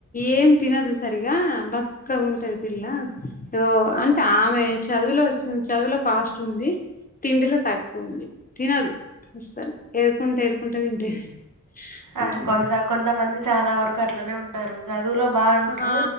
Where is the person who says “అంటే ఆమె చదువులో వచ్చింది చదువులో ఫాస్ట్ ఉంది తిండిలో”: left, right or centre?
Left